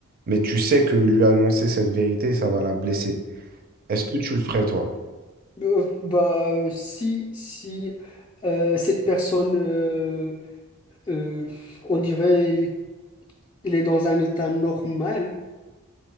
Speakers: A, on the right (about 40°); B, on the left (about 20°).
A: mais tu sais que lui annoncer cette vérité, ça va la blesser. Est-ce que tu le ferais, toi?
B: Euh, bah, euh, si si euh, cette personne, euh, euh, on dirait, il est dans un état normal,